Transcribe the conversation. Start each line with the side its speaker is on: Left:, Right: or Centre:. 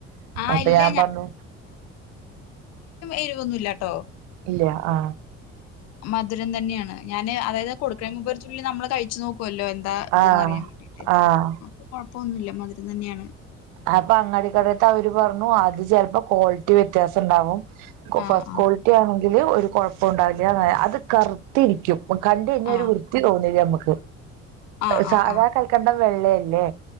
Left: ആ
Right: അപ്പൊ
Left: ഇല്ല
Right: ഞാൻ പറഞ്ഞു
Left: എരുവൊന്നുല്ലാട്ടോ
Right: ഇല്ല ആ
Left: മധുരം തന്നെയാണ് ഞാന് അതായത് കൊടുക്കണേ മുമ്പ് ഒരു തുള്ളി നമ്മള് കഴിച്ചു നോക്ക് ക്കുവല്ലോ എന്താ
Right: ആഹ്
Left: ഇതന്ന് അറിയാൻ വേണ്ടീട്ട്
Right: ആഹ്
Left: അപ്പൊ ഇപ്പൊന്നുല്ല മധുരം തന്നെയാണ്
Right: അപ്പൊ അങ്ങാടിക്കടത്തേ അവര് പറഞ്ഞു അത് ചിലപ്പോ ക്വാളിറ്റി വ്യത്യാസം ഉണ്ടാവും കോ
Left: ആഹ്
Right: ഫസ്റ്റ് ക്വാളിറ്റി ആന്നെങ്കി ല് ഒരു കൊഴപ്പോം ഉണ്ടാവില്ല അത് കറുത്തിരിക്കും പ്പം കണ്ട് കഴിഞ്ഞാ
Left: ആഹ്
Right: ഒരുവൃത്തി തോന്നില്ല നമ്മക്ക്
Left: ആഹ്
Right: സാധാ
Left: ആഹ് ആഹ് ആഹ്
Right: കൽക്കണ്ടം വെള്ളയല്ലേ